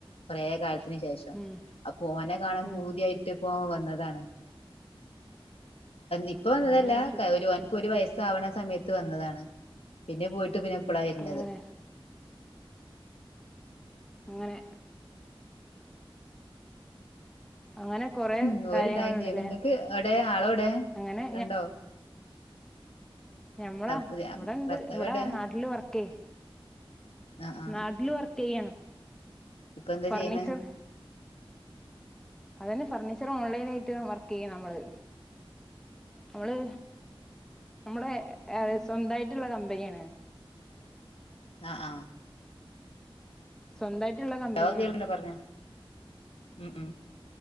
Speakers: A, on the left; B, in the centre.
A: കുറേ കാല വിശേഷം
B: ഉം,
A: അപ്പൊഓനെ കാണാൻ
B: ഉം.
A: പൂതിയായിട്ടിപ്പോ വന്നതാണ്. ഇപ്പ വന്നതല്ല
B: അങ്ങനെ ആയിട്ട്
A: അവൻക്ക് ഒരു വയസ്സാണ് സമയത്ത് വ്നതണ പിന്നെപോയിട്ടു പിന്നെ ഇപ്പളാ വരുന്നത്.
B: അങ്ങനെ അങ്ങനെ അങ്ങനെ കൊറേ
A: ഉം...
B: കാര്യങ്ങളുണ്ട്ല്ലേ
A: ഓരുണ്ടായിട്ടെനിങ്ങൾക്കെവിടെ ആളെവിടെ
B: അങ്ങനെ
A: ണ്ടോ?
B: ഞമ്മളാ
A: പുതിയ
B: ഇവിടെയുണ്ട്.
A: ഭർത്താവ്
B: ഇവിടാ
A: എവിടെ
B: നാട്ടിലുവർക്ക്
A: ആഹ് ആഹ്
B: നാട്ടിലുവർക്കുചെയ്യണു.
A: ഇപ്പൊ എന്താ
B: ഫർണീച്ചർ
A: ചെയ്യണ്
B: അതുതന്നെ ഫർണീച്ചർ ഓൺലൈനായിട്ടു വർക്ക്ചെയ്യ നമ്മള്.. നമ്മള് നമ്മുടെ ഏ.. സ്വന്തമായിട്ടുള്ള കമ്പനിയാണ്.
A: അ... ആ
B: സ്വന്തമായിട്ടുള്ള കമ്പനിയാണ്.
A: ലോ കേൾക്ക്ണ്ട് പറഞ്ഞോ ഉം.. ഉ